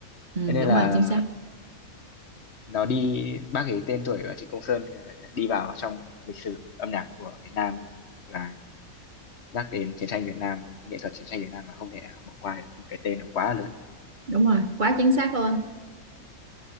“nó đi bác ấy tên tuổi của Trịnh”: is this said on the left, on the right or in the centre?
Left